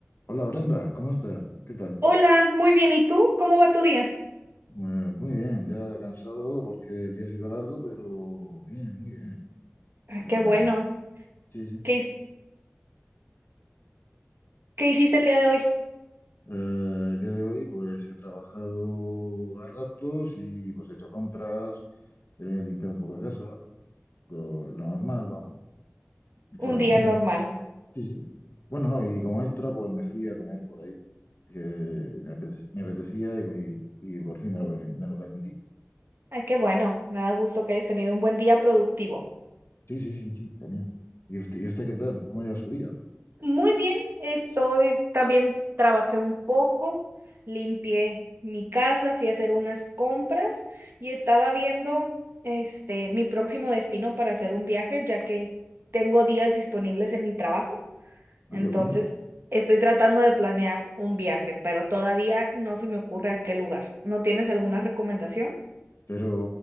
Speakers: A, on the left (about 60°); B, on the right (about 60°).
A: Hola Brenda, ¿cómo estás? ¿Qué tal?
B: Hola, muy bien. ¿Y tú? ¿Cómo va tu día?
A: Eh, muy bien, ya cansado porque el día ha sido largo, pero bien, muy bien,
B: Ay,
A: afortunadamente.
B: qué bueno.
A: Sí, sí.
B: ¿Qué, his- qué hiciste el día de hoy?
A: Eh, el día de hoy pues he trabajado a ratos y pues he hecho compras, he limpiado un poco la casa, lo, lo normal, vamos, he hecho
B: Un
A: la comida.
B: día normal.
A: Sí, sí. Bueno, no, y como extra pues me fui a comer por ahí, que me apete- me apetecía y, y por fin me lo, me lo permití.
B: Ay, qué bueno. Me da gusto que hayas tenido un buen día productivo.
A: Sí, sí, sí, sí, también. ¿Y usted, y usted qué tal? ¿Cómo lleva su día?
B: Muy bien. Estoy, también trabajé un poco, limpié mi casa, fui a hacer unas compras y estaba viendo este mi próximo destino para hacer un viaje, ya que tengo días disponibles en mi trabajo.
A: Ah,
B: Entonces,
A: qué bueno.
B: estoy tratando de planear un viaje, pero todavía no se me ocurre a qué lugar. ¿No tienes alguna recomendación?
A: Pero